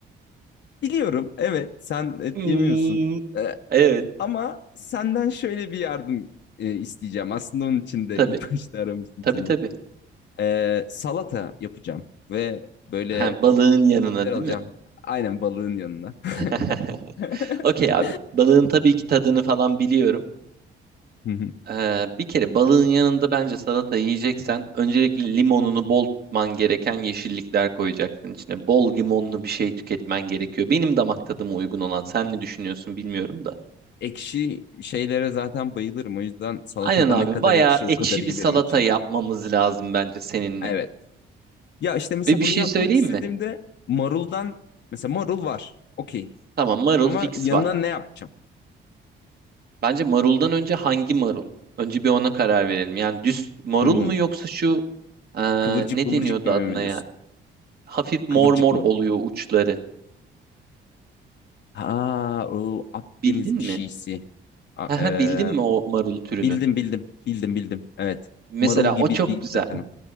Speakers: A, on the left; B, on the right.
A: Biliyorum, evet sen et
B: Hmm,
A: yemiyorsun. Ee,
B: evet
A: ama senden şöyle bir yardım e, isteyeceğim. Aslında onun için de
B: tabii.
A: ilk <laughs> başta aramıştım
B: Tabii
A: seni.
B: tabii.
A: Ee, salata yapacağım ve böyle
B: Ha, balığın yanına
A: bir şeyler
B: değil
A: alacağım.
B: mi?
A: Aynen balığın yanına.
B: <laughs>
A: <laughs>
B: Okey abi. Balığın tabii ki tadını falan biliyorum.
A: Hı hı.
B: Ee, bir kere balığın yanında bence salata yiyeceksen öncelikle limonunu bol tutman gereken yeşillikler koyacaksın içine. Bol limonlu bir şey tüketmen gerekiyor. Benim damak tadıma uygun olan. Sen ne düşünüyorsun bilmiyorum da.
A: Ekşi şeylere zaten bayılırım. O yüzden salatada
B: Aynen abi
A: ne kadar
B: bayağı
A: ekşi o
B: ekşi
A: kadar iyi
B: bir salata
A: benim için.
B: yapmamız lazım bence seninle.
A: Evet. Ya işte mesela
B: Ve bir
A: bunu
B: şey
A: yapmak
B: söyleyeyim
A: istediğimde
B: mi?
A: maruldan mesela marul var. Okey.
B: Tamam marul
A: Ama
B: fix
A: yanına
B: var.
A: ne yapacağım?
B: Bence maruldan önce hangi marul? Önce bir ona karar verelim. Yani düz marul
A: Hmm.
B: mu yoksa şu eee,
A: Kıvırcık
B: ne
A: mıvırcık
B: deniyordu
A: gibi
B: adına
A: mi diyorsun?
B: ya? Hafif mor
A: Kıvırcık
B: mor
A: marul.
B: oluyor uçları.
A: Ha o Akdeniz
B: Bildin mi?
A: bir şeysi.
B: <laughs>
A: A-
B: Haha,
A: e,
B: Bildin mi o marul türünü?
A: bildim bildim. Bildim bildim. Evet.
B: Mesela
A: Marul gibi
B: o çok
A: değil
B: güzel.
A: zaten.